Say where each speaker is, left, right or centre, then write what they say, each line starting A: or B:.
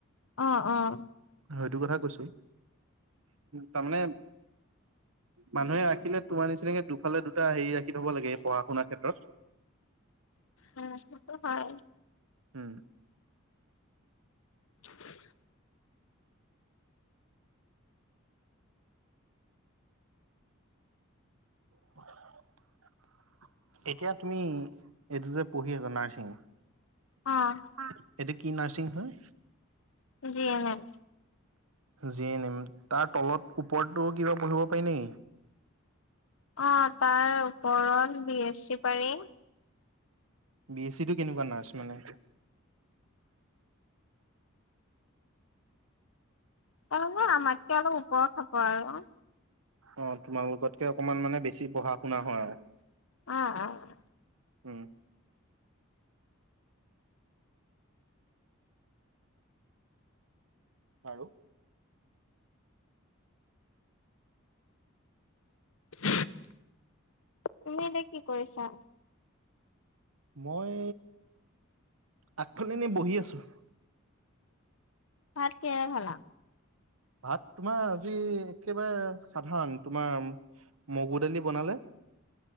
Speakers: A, on the left; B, on the right.
A: অ', অ',
B: সইটো কথা কৈছো তাৰমানে মানুহে ৰাখিলে তোমাৰ নিচিনাকে দুফালে দুটা হেৰি ৰাখি থব লাগে এই পঢ়া- শুনা ক্ষেত্ৰত। <inaudible>
A: অ, সেইটো হয়।
B: উম,
A: <unintelligible>
B: <inaudible> এতিয়া তুমি এইটো যে পঢ়ি আছা নাৰ্ছিং?
A: অ',
B: <unintelligible> এইটো কি নাৰ্ছিং হয়?
A: G N name.
B: G N M তাৰ তলত ওপৰততো কিবা পঢ়িব পাৰি নি?
A: অ, তাৰ ওপৰত বি এছ চি পাৰি।
B: বি এছ চি টো কেনেকুৱা নাৰ্ছ মানে?
A: তাৰমানে আমাতকে অলপ ওপৰ হ'ব আৰু।
B: অ, তোমালোকতকে অকনমান মানে বেছি পঢ়া- শুনা হোৱা আৰু।
A: আ', আ',
B: উম, আৰু?
A: <unintelligible> তুমি এতিয়া কি কৰিছা?
B: মই আগফালে এনে বহি আছোঁ।
A: ভাত কিহেৰে খালা?
B: ভাত তোমাৰ আজি একেবাৰে সাধাৰণ তোমাৰ মগু দালি বনালে।